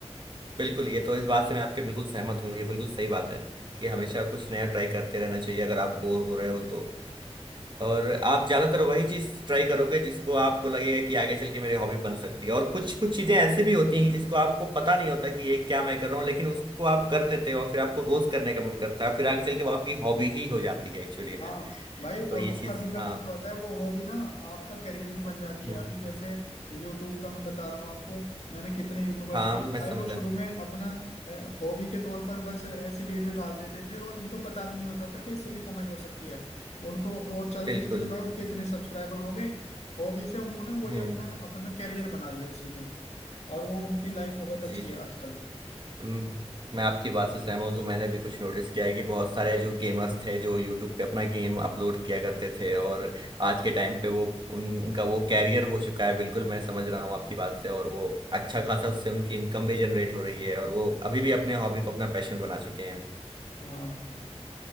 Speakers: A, on the right; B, on the left.
A: बिल्कुल ये तो इस बात से मैं आपके बिल्कुल सहमत हूँ ये बिल्कुल सही बात है कि हमेशा कुछ नया ट्राई करते रहना चाहिए अगर आप बोर हो रहे हो तो और आप ज्यादातर वही चीज ट्राई करोगे जिसको आपको लगेगा कि आगे चल के मेरी हॉबी बन सकती है और कुछ कुछ चीजें ऐसी भी होती हैं जिसको आपको पता नहीं होता कि ये क्या मैं कर रहा हूँ लेकिन उसको आप कर देते हो और फिर आपको रोज करने का मन करता है फिर आगे चल के वो आपकी हॉबी ही हो जाती है एक्चुअली
B: हाँ
A: में
B: भाई
A: तो
B: और
A: ये
B: वो
A: चीज
B: कभी कभी
A: हाँ
B: क्या होता है वो हॉबी ना आपका करियर भी बन जाती है
A: हम्म,
B: अभी जैसे यूट्यूब का मैं बता रहा हूँ आपको मैंने कितने यूट्यूबर्स
A: हाँ
B: को देखा
A: मैं समझा
B: है वो शुरू में अपना हॉबी के तौर पर बस ऐसी वीडियो डाल देते थे और उनको पता भी नहीं होता था कि इससे भी कमाई हो सकती है उनको और चलते
A: बिल्कुल
B: चलते भाई उनके इतने सब्सक्राइबर हो गए हॉबी से उन्होंने वही
A: हम्म
B: अपना अपना करियर बना लिया उसी में और वो उनकी लाइफ बहुत
A: जी
B: अच्छी
A: जी
B: है आजकल
A: हम्म, मैं आपकी बात से सहमत हूँ तो मैंने भी कुछ नोटिस किया है कि बहुत सारे जो गेमर्स थे जो यूट्यूब पे अपना गेम अपलोड किया करते थे और आज के टाइम पे वो उन, उनका वो कैरियर हो चुका है बिल्कुल मैं समझ रहा हूँ आपकी बात से और वो अच्छा खासा उससे उनकी इनकम भी जनरेट हो रही है और वो अभी भी अपने हॉबी को अपना पैशन बना चुके हैं
B: हाँ